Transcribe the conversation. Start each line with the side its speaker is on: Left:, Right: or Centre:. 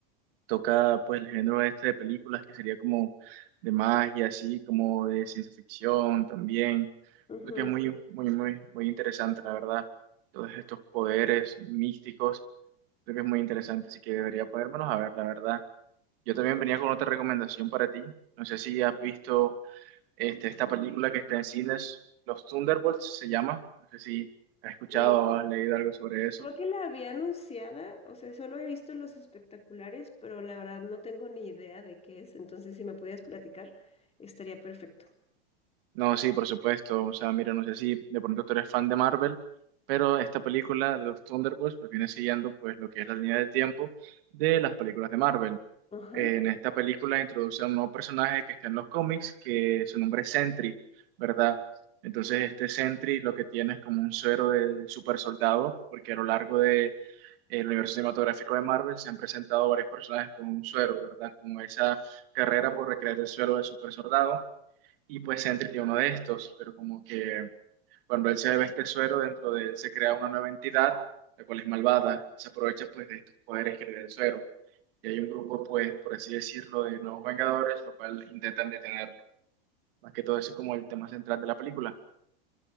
Right: toca pues el género este de películas que sería como de magia, así como de ciencia ficción también.
Left: Ujú,
Right: Creo que es muy,
Left: sí,
Right: muy, muy, muy interesante, la verdad. Todos estos poderes místicos, creo que es muy interesante, así que debería podérmelos a ver, la verdad. Yo también venía con otra recomendación para ti. No sé si has visto este, esta película que está en cines, Los Thunderbolts se llama. No sé si has escuchado
Left: no.
Right: o has leído algo sobre eso.
Left: Creo que la había anunciada, o sea, solo he visto los espectaculares, pero la verdad no tengo ni idea de qué es, entonces si me pudieras platicar, estaría perfecto.
Right: No, sí, por supuesto. O sea, mira, no sé si de pronto tú eres fan de Marvel, pero esta película de los Thunderbolts pues viene siguiendo pues lo que es la línea de tiempo de las películas de Marvel.
Left: Ajá.
Right: En esta película introduce a un nuevo personaje que está en los cómics, que su nombre es Sentry, ¿verdad? Entonces este Sentry lo que tiene es como un suero de super soldado, porque a lo largo de el universo cinematográfico de Marvel se han presentado varios personajes con un suero, ¿verdad? Como esa carrera por recrear el suero de super soldado y pues Sentry tiene uno de estos, pero como que cuando él se bebe este suero, dentro de él se crea una nueva entidad, la cual es malvada, y se aprovecha pues de estos poderes que le da el suero. Y hay un grupo, pues, por así decirlo, de nuevos Vengadores, lo cual intentan detenerlo. Más que todo eso es como el tema central de la película.